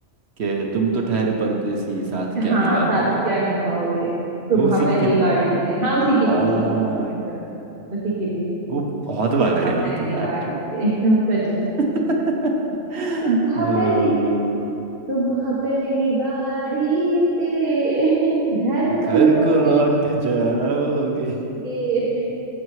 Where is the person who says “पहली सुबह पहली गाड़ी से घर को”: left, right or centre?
Right